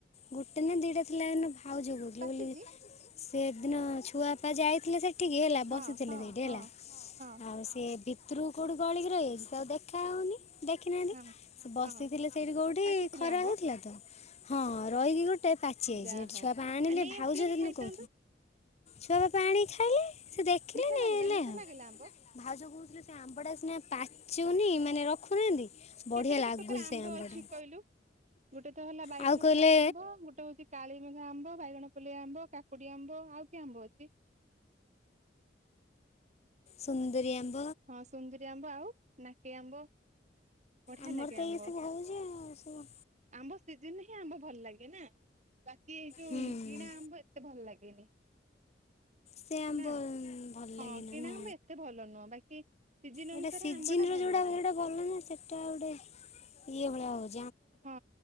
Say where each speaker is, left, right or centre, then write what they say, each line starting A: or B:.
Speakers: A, on the left (about 40°); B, on the right (about 40°).
A: ଗୋଟେ ନା ଦିଟା ଥିଲା ଏ ଭାଉଜ କହୁଥିଲା
B: ପାଚିଛି
A: ବୋଲି ମୁଁ ସେଦିନ ଛୁଆପା ଯାଇଥିଲେ ସେଠି ଟିକେ ହେଲା
B: ହଁ
A: ବସିଥିଲେ
B: ହଁ
A: ସେଠି
B: ହଁ
A: ହେଲା।
B: ହଁ
A: ଆଉ ସେ ବି ଭିତୁରୁକୁ କୋଉଠୁ ଗଳିକି ରହିଗଲୁ ତ ଆଉ ଦେଖାହଉନି। ଦେଖିନାହାନ୍ତି।
B: ହଁ
A: ସେ ବସିଥିଲେ
B: ହଁ
A: ସେଇଠି କୋଉଠି
B: ପାଚିଥିଲା
A: ଖରା
B: ଆମ୍ବ
A: ହଉଥିଲା ତ ହଁ। ରହିକି ଗୋଟେ ପାଚି ଯାଇଛି।
B: ଯାହା
A: ଗୋଟେ
B: ହଉ
A: ଛୁଆ ପାଇଁ ଆଣିଲେ
B: ଆ ନେଇ
A: ଭାଉଜ
B: ଆସିଲନି
A: ରେ
B: ଖାଇଥାନ୍ତୁ
A: କିନ୍ତୁ ଛୁଆ ବାପା ଆଣିକି ଖାଇଲେ। ସେ ଦେଖିଲେନି
B: ମିଠା ଲାଗିଲା
A: ହେଲେ।
B: ମିଠା ଲାଗିଲା ଆମ୍ବ?
A: <unintelligible> ଚୁନି ମାନେ ରଖୁନାହାନ୍ତି। ବଢ଼ିଆ
B: କେତେ କେତେ
A: ଲାଗୁଛି
B: ପ୍ରକାର ଆମ୍ବ
A: ସେ ଆମ୍ବଟା
B: ଅଛି କହିଲୁ। ଗୋଟେ ତ ହେଲା ବାଇଗଣ
A: ଆଉ କହିଲେ
B: ପଲ୍ଲି ଆମ୍ବ ଗୋଟେ ଗୋଟେ ହଉଛି କାଳିମେଘା ଆମ୍ବ ବାଇଗଣ ପଲିଆ ଆମ୍ବ କାକୁଡିଆ ଆମ୍ବ। ଆଉ କି ଆମ୍ବ ଅଛି।
A: ସୁନ୍ଦରୀ ଆମ
B: ହଁ ସୁନ୍ଦରୀ ଆମ୍ବ ଆଉ ନାକେଇ ଆମ୍ବ। ବଢ଼ିଆ
A: ଆମର
B: ଲାଗେ
A: ତ
B: ଆମ୍ବ
A: ଏଇ ସବୁ ହଉଛି ଆଉ ସବୁ
B: ଆମ୍ବ ସିଜିନ୍ ହିଁ ଆମ୍ବ ଭଲ ଲାଗେ। ଏନା ବା କି ଏଇ ଯୋଉ
A: ହୁଁ।
B: କିଣା ଆମ୍ବ ଏତେ ଭଲ ଲାଗେନି।
A: ସେ ଆମ୍ବ
B: ନା
A: ଭଲ
B: ହଁ
A: ଲାଗେନା
B: କିଣା
A: ନା।
B: ଆମ୍ବ ଏତେ ଭଲ ନୁହଁ। ବାକି ସିଜିନ୍
A: ଏଇଟା
B: ଅନୁସାରେ
A: ସିଜିନ
B: ଆମ୍ବ ଟା
A: ର
B: ଭଲ
A: ଯୋଉଟା
B: ଲାଗେ।
A: ସେଇଟା ଭଲ ନା ସେଟା ଗୋଟେ ଇଏ ଭଳିଆ ହବ।
B: ହଁ